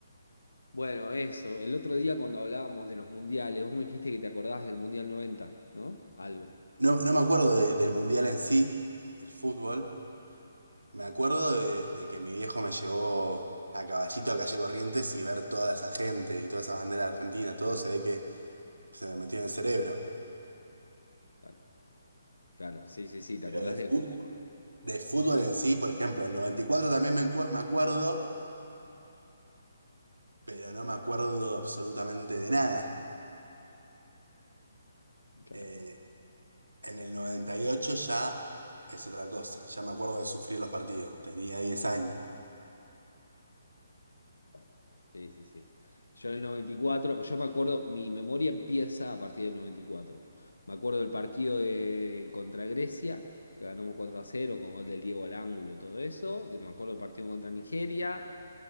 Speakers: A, on the left; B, on the right.
A: Bueno, eso. El otro día cuando hablábamos de los mundiales, vos me dijiste que te acordás del Mundial 90, ¿no? Algo.
B: No, no me acuerdo de- del mundial en sí, el fútbol. Me acuerdo de, de que mi viejo me llevó a Caballito a calle Corrientes y ver toda esa gente y todas esas banderas argentinas, todo se ve que se me metió en el cerebro.
A: Claro. Claro, sí, sí, sí, te
B: Pero
A: acordás
B: de, fu-
A: del color.
B: de fútbol en sí, por ejemplo, el 94 también me, encue- me acuerdo, pero no me acuerdo absolutamente de nada.
A: Claro.
B: Eh, en el 98 ya es otra cosa, ya me acuerdo de sufrir los partidos, tenía 10 años.
A: Claro. Sí, sí, sí. Yo en el 94, yo me acuerdo, mi memoria empieza a partir del 94. Me acuerdo del partido de, contra Grecia, que ganamos 4 a cero con gol del Diego al ángulo, todo eso. De- Me acuerdo del partido contra Nigeria,